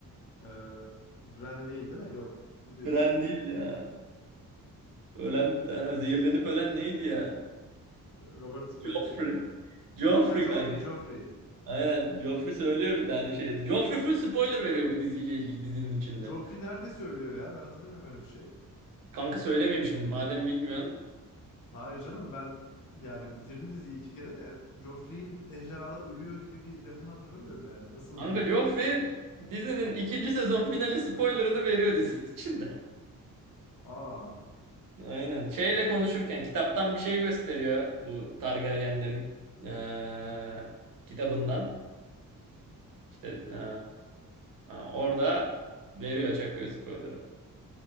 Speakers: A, on the left (about 80°); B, on the right (about 75°).
A: Ee, Bran değil değil mi? Yok. Biliyorsun.
B: Bran değil ya. Ölen bir tane. Zehirlenip ölen neydi ya?
A: Robert Baratheon
B: Joffrey.
A: mı?
B: Joffrey
A: Ha Joffrey,
B: kanka.
A: Joffrey.
B: Aynen. Joffrey söylüyor bir tane şeyde. Joffrey full spoiler veriyor bu diziyle ilgili dizinin içinde.
A: Joffrey nerede söylüyor ya? Ben hatırlamıyorum öyle bir şey.
B: Kanka söylemeyeyim şimdi madem bilmiyorsun.
A: Hayır canım ben yani bitirdim diziyi iki kere de Joffrey'in ejderhalar ölüyor gibi bir lafını hatırlamıyorum yani. Nasıl
B: Kanka
A: diyor
B: Joffrey
A: ki?
B: dizinin ikinci sezon finali spoilerını veriyor dizinin içinde.
A: Aa
B: Aynen. Şeyle konuşurken kitaptan bir şey gösteriyor bu Targaryenlerin eee, kitabından. İşte eee, orada veriyor çakıyor spoiler'ı.